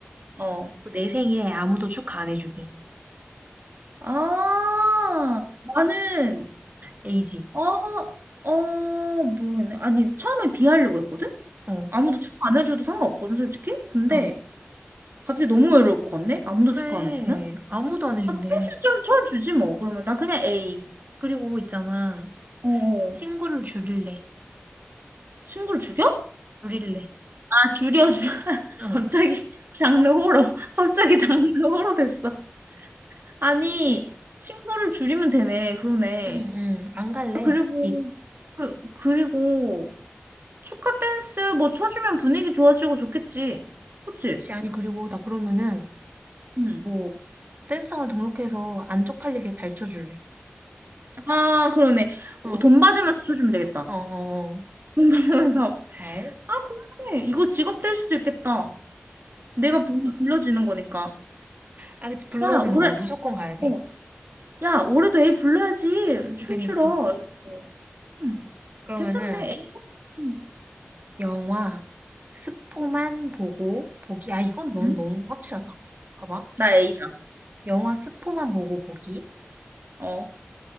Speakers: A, on the right; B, on the right.
A: 어.
B: 내 생일에 아무도 축하 안 해주기.
A: 아, 나는
B: A지.
A: 어, 어, 모르겠네. 아니, 처음에 비하려고 했거든?
B: 어,
A: 아무도 축하 안 해줘도 상관없거든, 솔직히? 근데
B: 어.
A: 갑자기 너무 외로울 것 같네? 아무도
B: 그래,
A: 축하 안 해주면?
B: 아무도 안 해준대.
A: 아, 패스 좀 쳐주지, 뭐. 그러면 나 그냥 A.
B: 그리고 있잖아.
A: 어,
B: 친구를 줄일래.
A: 친구를 죽여?
B: 줄일래
A: 아, 줄여, 줄여. <laughs>
B: 어.
A: 갑자기 장르 호러. 갑자기 장르 호러 됐어. 아니,
B: 어.
A: 친구를 줄이면 되네. 그러네.
B: 응, 응. 안 갈래.
A: 그리고,
B: 복
A: 그, 그리고 축하 댄스 뭐 쳐주면 분위기 좋아지고 좋겠지. 그치?
B: 그치. 아니, 그리고 나 그러면은,
A: 응.
B: 뭐, 댄스학원 등록해서 안 쪽팔리게 잘 쳐줄래.
A: 아, 그러네.
B: 어.
A: 어, 돈 받으면서 쳐주면 되겠다.
B: 어, 어, 어.
A: 돈 받으면서.
B: 잘.
A: 아, 그러네. 이거 직업 될 수도 있겠다. 내가 불- 불러지는 거니까.
B: 아, 그치. 불러지는
A: 야, 올해,
B: 거야. 무조건 가야 돼.
A: 어. 야, 올해도 A 불러야지. 춤추러.
B: 그니까.
A: 이러면서. 음.
B: 그러면은,
A: 괜찮네. A. 음.
B: 영화, 스포만 보고 보기. 아, 이건 넌
A: 음?
B: 너무 확실하다. 봐봐.
A: 나 A다.
B: 영화 스포만 보고 보기.
A: 어.